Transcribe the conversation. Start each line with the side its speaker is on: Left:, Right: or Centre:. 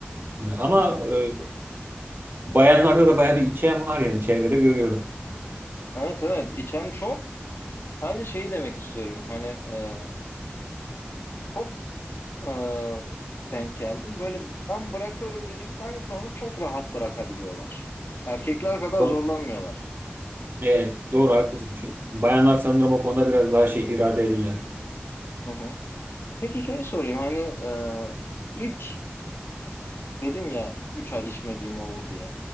Right: E, Ama
Left: Hı hı.
Right: e, bayanlarda da bayağı bir içe var yani çevrede görüyorum.
Left: Evet evet içen çok. Sadece şeyi demek istiyorum. Hani e, çok e, denk geldim. Böyle ben bırakıyorum dedikten sonra çok rahat bırakabiliyorlar. Erkekler kadar
Right: Doğru.
Left: zorlanmıyorlar.
Right: Evet, doğru haklısın. Çünkü bayanlar sanırım o konuda biraz daha şey iradeliler.
Left: Hı hı. Peki şey sorayım hani e, ilk dedin ya 3 ay içmediğim oldu diye.